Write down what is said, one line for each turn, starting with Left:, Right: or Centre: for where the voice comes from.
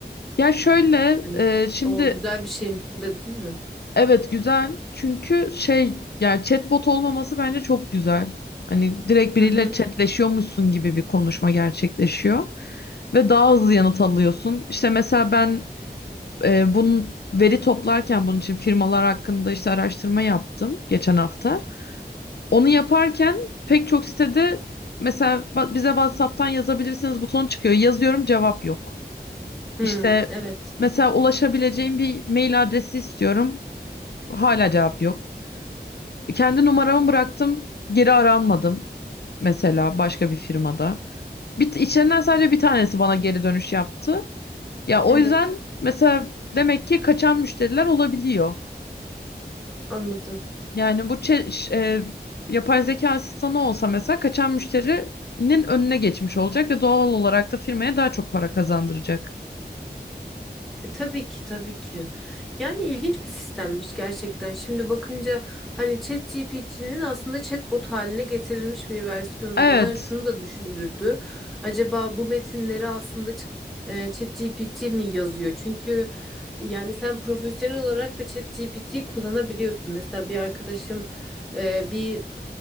Left: Ya şöyle
Centre: Hani
Left: e, şimdi
Centre: o güzel bir şeymiş bu dedin mi?
Left: evet güzel çünkü şey yani chatbot olmaması bence çok güzel. Hani direkt biriyle
Centre: Hı hı.
Left: chatleşiyormuşsun gibi bir konuşma gerçekleşiyor ve daha hızlı yanıt alıyorsun. İşte mesela ben e, bunun veri toplarken bunun için firmalar hakkında işte araştırma yaptım geçen hafta. Onu yaparken pek çok sitede mesela "Ba- bize WhatsApp'tan yazabilirsiniz butonu çıkıyor. Yazıyorum cevap yok.
Centre: Hı,
Left: İşte
Centre: evet.
Left: mesela ulaşabileceğim bir mail adresi istiyorum. Hala cevap yok. Kendi numaramı bıraktım. Geri aranmadım. Mesela başka bir firmada. Bir, içlerinden sadece bir tanesi bana geri dönüş yaptı. Ya o
Centre: Evet.
Left: yüzden mesela demek ki kaçan müşteriler olabiliyor.
Centre: Anladım.
Left: Yani bu çe- ş- e, yapay zeka asistanı olsa mesela kaçan müşterinin önüne geçmiş olacak ve doğal olarak da firmaya daha çok para kazandıracak.
Centre: E, tabii ki tabii ki. Yani ilginç bir sistemmiş gerçekten. Şimdi bakınca hani ChatGPT'nin aslında chatbot haline getirilmiş bir versiyonu
Left: Evet.
Centre: bana şunu da düşündürdü. Acaba bu metinleri aslında ç- e, ChatGPT mi yazıyor? Çünkü yani sen profesyonel olarak da ChatGPT kullanabiliyorsun. Mesela bir arkadaşım e, bir